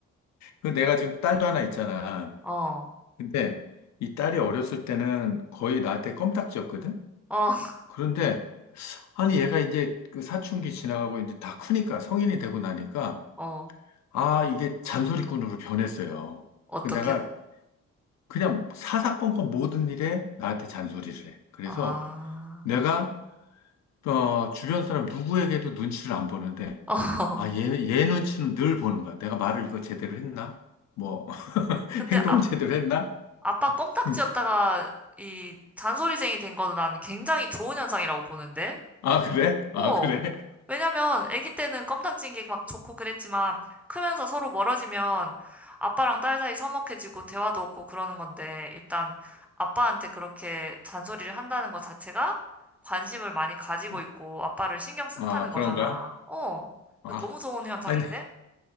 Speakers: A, on the left; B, in the centre.
A: 그 내가 지금 딸도 하나 있잖아.
B: 어,
A: 근데 이 딸이 어렸을 때는 거의 나한테 껌딱지였거든?
B: 어, <laughs>
A: 그런데 아니, 얘가 이제 그 사춘기 지나가고 이제 다 크니까 성인이 되고 나니까
B: 어,
A: 아, 이게 잔소리꾼으로 변했어요.
B: 어떻게,
A: 그 내가 그냥 사사건건 모든 일에 나한테 잔소리를 해. 그래서
B: 아,
A: 내가 어, 주변 사람 누구에게도 눈치를 안 보는데
B: <laughs> 어.
A: 아, 얘, 얘 눈치는 늘 보는 거야. 내가 말을 이거 제대로 했나? 뭐 <laughs>
B: 근데
A: 행동을
B: 아,
A: 제대로 했나?
B: 아빠 껌딱지였다가
A: 음.
B: 이 잔소리쟁이 된 거는 난 굉장히 좋은 현상이라고 보는데?
A: 아, 그래? 아,
B: 어.
A: 그래?
B: 왜냐면 아기 때는 껌딱지인 게 막 좋고 그랬지만 크면서 서로 멀어지면 아빠랑 딸 사이 서먹해지고 대화도 없고 그러는 건데 일단 아빠한테 그렇게 잔소리를 한다는 것 자체가 관심을 많이 가지고
A: 어,
B: 있고 아빠를 신경 쓴다는
A: 아, 그런가?
B: 거잖아. 어.
A: 아,
B: 너무 좋은 현상인데?
A: 아니, 근데